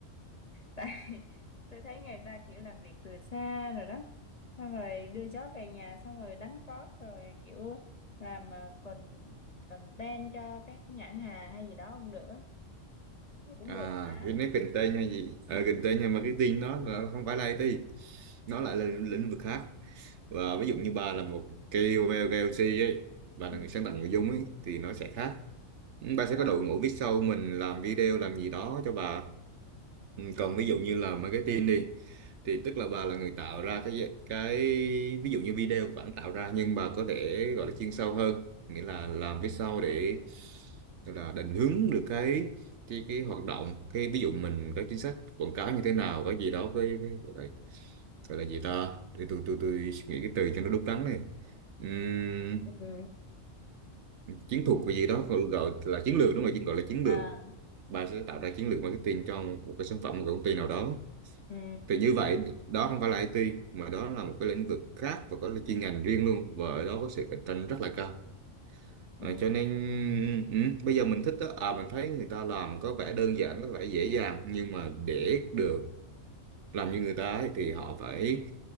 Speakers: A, on the left; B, on the right.
A: tại <laughs> tôi thấy người ta kiểu làm việc từ xa rồi đó xong rồi đưa chó về nhà xong rồi đánh cót rồi kiểu làm ờ, con content cho các nhãn hàng hay gì đó cũng được á. thế cũng
B: à
A: được mà
B: cái nếu kinh tế hay gì ờ, kinh tế nhưng mà cái tin nó là không phải là IT nó lại là lĩnh lĩnh vực khác và ví dụ như bà là một KOL KOC ấy bà
A: ừ.
B: là người sáng tạo nội dung ấy thì nó sẽ khác bà sẽ
A: Ờ,
B: có đội ngũ biết sau mình làm video làm gì đó cho bà Ừ, còn ví dụ như là marketing đi thì tức là bà là người tạo ra cái cái ví dụ như video vẫn tạo ra nhưng bà có thể gọi là chuyên sâu hơn nghĩa là làm phía sau để gọi là định hướng được cái cái cái hoạt động cái ví dụ mình có chính sách quảng cáo như thế nào cái gì đó cái, cái gọi là, gọi là gì ta tôi tôi tôi tôi suy nghĩ cái từ cho nó đúng đắn này Ừm,
A: ừ.
B: chiến thuật cái gì đó gọi gọi là chiến lược đúng rồi chứ gọi là chiến
A: À,
B: lược bà sẽ tạo ra chiến lược marketing cho một cái sản phẩm một cái công ty nào đó
A: ừ.
B: thì như vậy đó không phải là IT mà đó là một cái lĩnh vực khác và có cái chuyên ngành riêng luôn và ở đó có sự cạnh tranh rất là cao
A: Ừ.
B: Ờ, cho nên ừ, bây giờ mình thích đó, à mình thấy người ta làm có vẻ đơn giản có vẻ dễ dàng nhưng mà để được làm như người ta ấy, thì họ phải